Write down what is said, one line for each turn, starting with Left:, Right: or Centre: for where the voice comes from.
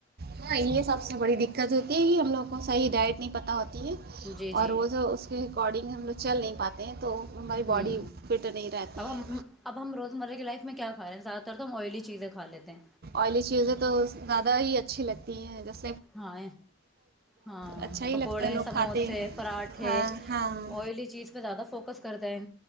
Right: ہاں یہ سب سے بڑی دقت ہوتی ہے کہ ہم لوگ کو صحیح ڈائٹ نہیں پت ہوتا
Centre: ہے جی جی
Right: اور وہ جوب اس کے اکارڈنگ ہم لوگ چل نہیں پاتے ہیں تو ہماری
Centre: ہوں
Right: باڈی فٹ نہیں رہتی
Centre: اب
Right: ہے
Centre: ہم اب ہم روزمرہ کی لائف میں کیا کھاے ہیں زیاہ تر تو ہم آئلی چیزیں کا لیتے ہیں
Right: آئلی چیزیں تو زیادہ ہی اچھی لگتی ہیںس
Centre: ہاں ہاں
Right: اچھا ہی
Centre: پکوڑے
Right: لگتا ہے لوگ
Centre: سموسے
Right: کھاتے ہیں
Centre: پراٹھے
Right: ہاں ہاں
Centre: آئلی چیز پہ زیادہ فوکس کرتے ہیں